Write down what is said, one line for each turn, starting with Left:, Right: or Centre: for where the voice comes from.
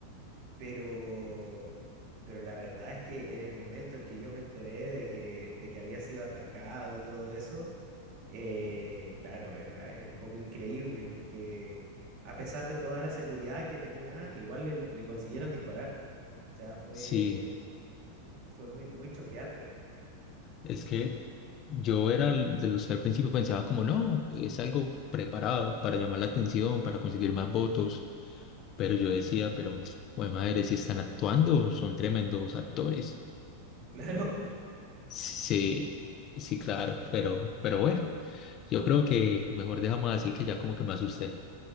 Right: pero, pero la verdad es que en el momento en que yo me enteré de que, de que había sido atacado y todo eso, eh, claro, era, era un poco increíble porque a pesar de toda la seguridad que tenía, igual le, le consiguieron disparar. O sea, fue,
Left: sí.
Right: fue muy, muy choqueante.
Left: Es que yo era el- de los que al principio pensaba como no, es algo preparado para llamar la atención, para conseguir más votos. Pero yo decía, pero, <tsk> bueno, madre, si están actuando, son tremendos actores.
Right: <laughs> Claro.
Left: Sí, sí, claro, pero, pero bueno, yo creo que mejor dejamos así que ya como que me asusté.